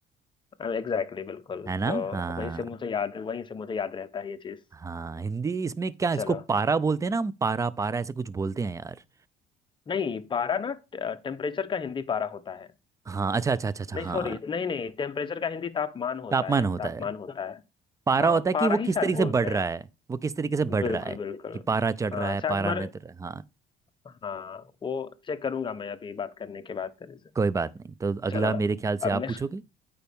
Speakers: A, on the left; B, on the right.
A: एग्जैक्टली exactly, बिल्कुल
B: है ना
A: तो
B: हाँ
A: वहीं से मुझे याद वहीं से मुझे याद रहता है ये चीज
B: हाँ हिंदी इसमें क्या
A: चलो
B: इसको पारा बोलते हैं ना हम पारा पारा ऐसे कुछ बोलते हैं यार
A: नहीं पारा ना टेम्परेचर का हिंदी पारा होता है
B: हाँ अच्छा अच्छा अच्छा अच्छा
A: नहीं सॉरी
B: हाँ
A: नहीं नहीं टेम्परेचर का हिंदी तापमान होता
B: तापमान
A: है
B: होता
A: तापमान
B: है
A: होता है
B: पारा
A: हाँ
B: होता है
A: पारा
B: कि वो
A: ही
B: किस
A: शायद
B: तरीके
A: बोलते
B: से बढ़
A: हैं
B: रहा है वो किस तरीके से बढ़
A: बिल्कुल
B: रहा है
A: बिल्कुल
B: कि पारा चढ़
A: हाँ
B: रहा है
A: शायद
B: पारा
A: तो मर
B: नहीं उतर रहा है हाँ
A: हाँ वो चेक करूंगा मैं अभी बात करने के बाद तेरे से
B: कोई बात नहीं तो अगला
A: चलो
B: मेरे ख्याल से
A: अब नेक्स्ट
B: आप पूछोगे